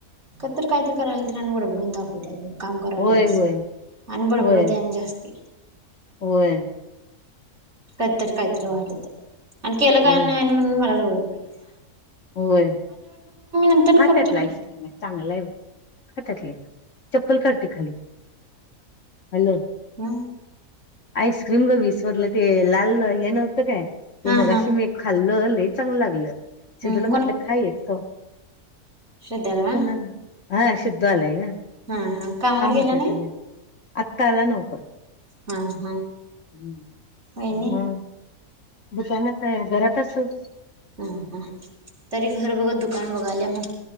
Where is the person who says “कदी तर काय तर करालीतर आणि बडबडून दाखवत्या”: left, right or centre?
Right